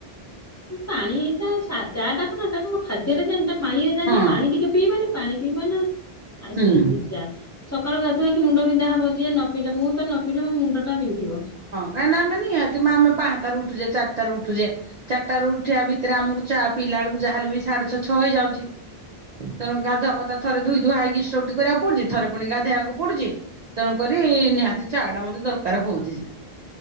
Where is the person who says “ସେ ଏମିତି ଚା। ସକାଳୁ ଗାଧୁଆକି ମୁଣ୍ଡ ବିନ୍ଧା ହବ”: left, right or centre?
Left